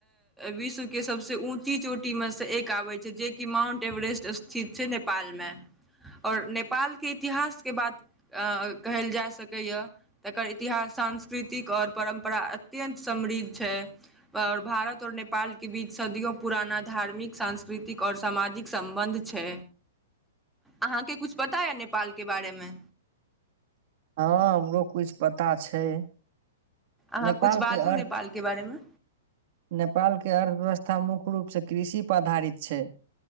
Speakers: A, in the centre; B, on the right.
A: विश्वके सभसँ ऊँची चोटीमे सँ एक आबै छै जेकि माउन्ट एवरेस्ट स्थित छै नेपाल मे और नेपाल के इतिहास के बात कहल जा सकैये तकर इतिहास सांस्कृतिक और परम्परा अत्यन्त समृद्ध छै और भारत और नेपाल के बीच सदियों पुराना धार्मिक सांस्कृतिक और सामाजिक सम्बन्ध छै। अहांके किछु पता अछि नेपाल के बारे मे?
B: हँ हमरो कुछ पता छै।
A: अहाँ
B: नेपाल
A: कुछ बाजू
B: के अर्थ,
A: नेपालके बारेमे
B: नेपालके अर्थव्यवस्था मुख्य मुख्य रूप से कृषि पर आधारित छै,